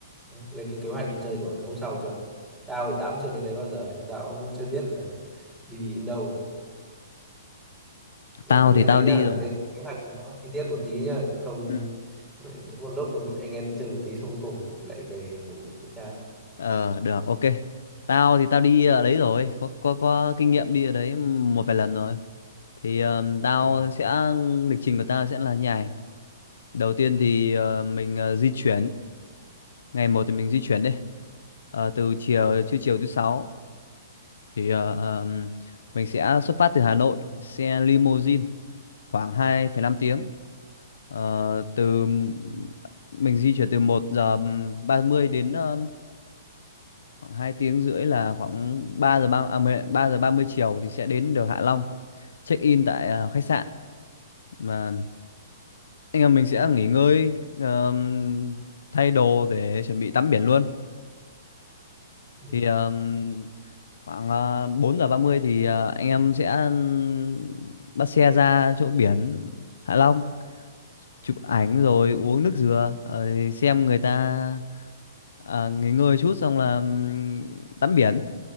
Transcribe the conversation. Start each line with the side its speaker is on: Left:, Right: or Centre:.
Centre: lên cái kế hoạch đi chơi của mấy hôm sau chưa tao thì tao cũng chưa đến đấy bao giờ nên tao cũng chưa biết là đi đến đâu mà
Left: tao
Centre: phải lên
Left: thì tao
Centre: đấy
Left: đi
Centre: nhá
Left: rồi
Centre: phải lên kế hoạch nó chi tiết một tí nhá không
Left: ừ
Centre: mày đến một lúc không anh em đi chơi một tí xong cuối cùng lại về ngủ chết cha
Left: ờ được ok tao thì tao đi ở đấy rồi có có có kinh nghiệm đi ở đấy một vài lần rồi thì ờ, tao
Centre: thế à
Left: sẽ lịch trình của tao sẽ là như này Đầu tiên thì ờ, mình ờ, di chuyển ngày một thì mình di chuyển đi Ờ, từ chiều
Centre: đó
Left: trưa chiều thứ sáu thì ờ, ờm, mình sẽ xuất phát từ Hà Nội xe limousine khoảng hai phẩy năm tiếng Ờ, từ mình di chuyển từ một giờ 30 đến ờm, khoảng 2 tiếng rưỡi là khoảng 3 giờ ba à, mười- 3 giờ 30 chiều thì sẽ đến được Hạ Long check in tại ờ, khách sạn mà anh em mình sẽ nghỉ ngơi ờm, thay đồ để chuẩn bị tắm biển luôn
Centre: ừ.
Left: thì um, khoảng uh, 4 giờ 30 thì uh, anh em sẽ um, bắt xe ra chỗ biển Hạ Long chụp ảnh rồi uống nước dừa rồi xem người ta à, nghỉ ngơi chút xong là um, tắm biển